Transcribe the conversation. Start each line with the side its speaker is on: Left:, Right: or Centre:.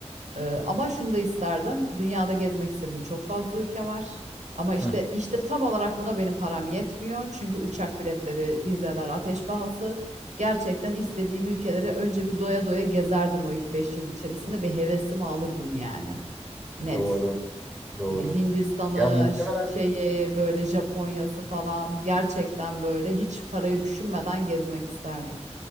Right: E, ama şunu da isterdim. Dünyada gezmek istedim. Çok fazla ülke var. Ama işte
Centre: Hı,
Right: işte tam olarak buna benim param yetmiyor. Çünkü uçak biletleri, vizeler, ateş pahası. Gerçekten istediğim ülkeleri önce bir doya doya gezerdim o ilk 5 yıl içerisinde. Bir hevesimi alırdım yani. Net.
Centre: doğru, doğru.
Right: Hani Hindistan'ı,
Centre: Ya muhtemelen
Right: ş- şeyi, böyle Japonya'sı falan gerçekten böyle hiç parayı düşünmeden gezmek isterdim.